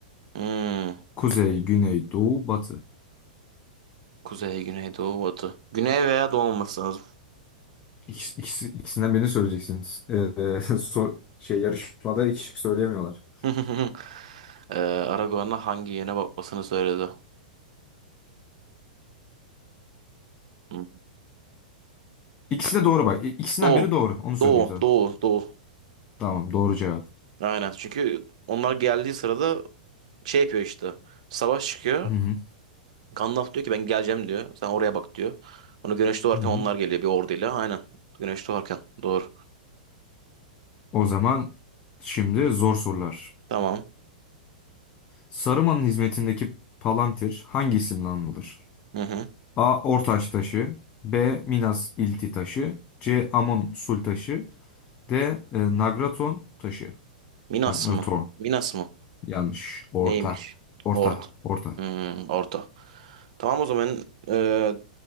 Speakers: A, on the right (about 50°); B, on the left (about 25°).
A: Hmm.
B: Kuzey, güney, doğu, batı.
A: Kuzey, güney, doğu, batı. Güney veya doğu olması lazım.
B: İkisi, ikisi- ikisinden birini söyleyeceksiniz. Ee, <laughs> sor- şey yarışmada iki şık söyleyemiyorlar.
A: <laughs> ee, Aragorn'a hangi yöne bakmasını söyledi? Hmm.
B: İkisi de doğru bak. İ- İkisinden
A: Doğu.
B: biri doğru. Onu söyleyeyim
A: Doğu,
B: sana.
A: doğu, doğu.
B: Tamam, doğru cevap.
A: Aynen. Çünkü onlar geldiği sırada şey yapıyor işte. Savaş çıkıyor.
B: Hı hı,
A: Gandalf diyor ki ben geleceğim diyor. Sen oraya bak diyor. Onu güneş doğarken
B: hı hı.
A: onlar geliyor bir orduyla. Aynen. Güneş doğarken. Doğru.
B: O zaman şimdi zor sorular.
A: Tamam.
B: Saruman'ın hizmetindeki Palantir hangi isimle anılır?
A: Hı hı.
B: A. Ortaş taşı B. Minas İlti taşı C. Amon Sul taşı D. e, Nagraton taşı.
A: Minas
B: Nagraton.
A: mı? Minas mı?
B: Yanlış. Orta.
A: Neymiş?
B: Orta.
A: Orta.
B: Orta.
A: Hmm, orta. Tamam o zaman eee,